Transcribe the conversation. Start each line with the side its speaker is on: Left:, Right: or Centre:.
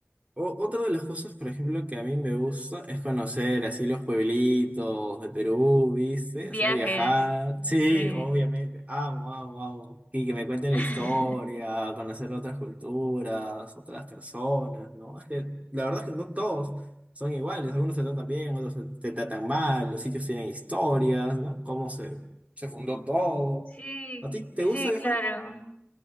Right: O- otra de las cosas, por ejemplo, que a mí me gusta es conocer así los pueblitos de Perú, ¿viste?
Left: viajes,
Right: O sea, viajar. Sí,
Left: sí.
Right: obviamente. Amo, amo, amo. Y que me cuenten
Left: <laughs>
Right: la historia, conocer otras culturas, otras personas, ¿no? Es que la verdad es que no todos son iguales. Algunos te tratan bien, otros te te tratan mal. Los sitios tienen historias, ¿no? Cómo se, se fundó todo.
Left: Sí,
Right: ¿A ti te
Left: sí,
Right: gusta viajar?
Left: claro.